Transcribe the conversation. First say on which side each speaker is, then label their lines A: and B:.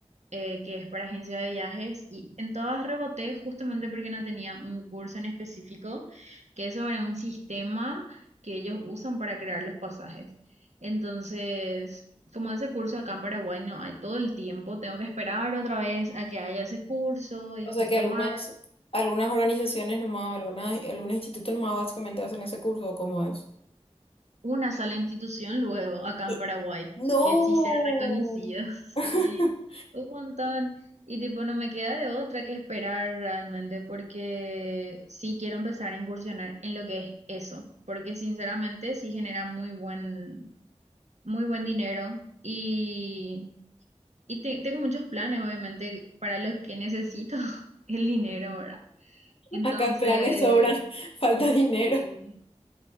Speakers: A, on the right; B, on the left.
A: eh, que es para agencia de viajes, y en todas reboté justamente porque no tenía un curso en específico que es sobre un sistema que ellos usan para crear los pasajes. Entonces, como ese curso acá en Paraguay no hay todo el tiempo, tengo que esperar otra vez a que haya ese curso y
B: O
A: después
B: sea que
A: tomar.
B: algunas, algunas organizaciones nomás, algunas, algunos institutos nomás básicamente hacen ese curso, ¿cómo es?
A: una sola institución luego acá en
B: Eh,
A: Paraguay,
B: No.
A: que sí sea reconocido, <laughs>
B: <laughs>
A: sí, un montón. Y tipo, no me queda de otra que esperar realmente, porque sí quiero empezar a incursionar en lo que es eso, porque sinceramente sí genera muy buen, muy buen dinero y, y te- tengo muchos planes, obviamente, para los que necesito <laughs> el dinero, ¿verdad? Entonces,
B: Acá planes sobran, <laughs> falta dinero.
A: sí.